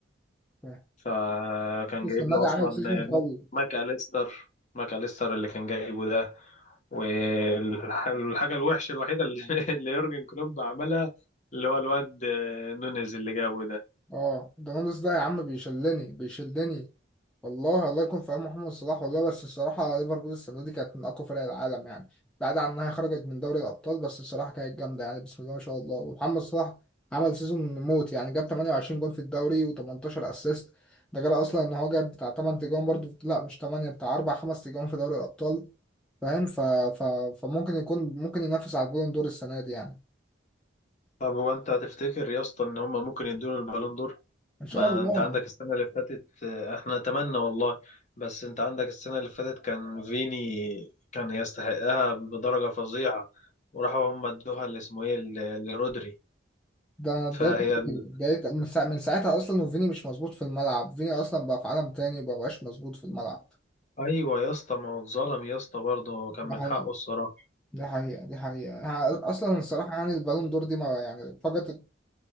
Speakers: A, in the centre; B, on the left.
A: فاهم.
B: فكان جايب
A: النادي
B: له اصلا
A: عامل سيزون
B: آه،
A: قوي
B: ماك ماك اليستر ماك اليستر اللي كان جايبه ده والحاجة الوحشة الوحيدة اللي <laughs> اللي يورجن كلوب عملها اللي هو الواد آه، نونيز اللي جابه ده
A: اه ده نونس ده يا عم بيشلني بيشلني والله الله يكون في عون محمد صلاح والله بس الصراحة ليفربول السنة دي كانت من أقوى فرق العالم يعني بعد عن إنها خرجت من دوري الأبطال بس الصراحة كانت جامدة يعني بسم الله ما شاء الله ومحمد صلاح عمل سيزون موت يعني جاب 28 جول في الدوري و18 أسيست ده غير أصلا إن هو جاب بتاع 8 تجوان برضه لا مش 8 بتاع 4 5 تجوان في دوري الأبطال فاهم ف... ف... فممكن يكون ممكن ينافس على البالون دور السنة دي يعني
B: طب هو انت هتفتكر يا اسطى ان هم ممكن يدوا له البالون دور
A: إن شاء
B: ما
A: الله
B: انت عندك السنه اللي فاتت آه، احنا نتمنى والله بس انت عندك السنه اللي فاتت كان فيني كان يستحقها بدرجه فظيعه وراحوا هم ادوها اللي اسمه ايه ل- لرودري
A: ده انا اتضايقت
B: فهي ال-
A: أوي. اتضايقت من, ساعة من ساعتها اصلا وفيني مش مظبوط في الملعب فيني اصلا بقى في عالم تاني مبقاش مظبوط في الملعب
B: ايوه يا اسطى ما هو اتظلم يا اسطى برضه كان
A: ده
B: من
A: حقيقي
B: حقه الصراحه
A: ده حقيقة ده حقيقة أنا اصلا الصراحة يعني البالون دور دي ما يعني فقدت